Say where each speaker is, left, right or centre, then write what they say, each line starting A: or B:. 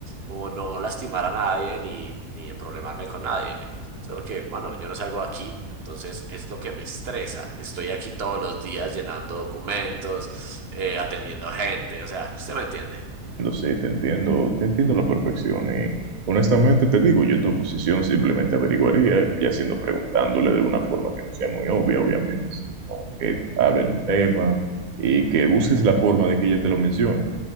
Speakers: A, on the right; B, on the right.
A: como no lastimar a nadie ni, ni problemarme con nadie. Solo que, bueno, yo no salgo aquí, entonces es lo que me estresa. Estoy aquí todos los días llenando documentos, eh, atendiendo gente, o sea, usted me entiende.
B: no sé, te entiendo, te entiendo a la perfección. Y honestamente te digo, yo en tu posición simplemente averiguaría, ya siendo preguntándole de una forma que no sea muy obvia, obviamente, sino que hablen un tema y que busques la forma de que ella te lo mencione.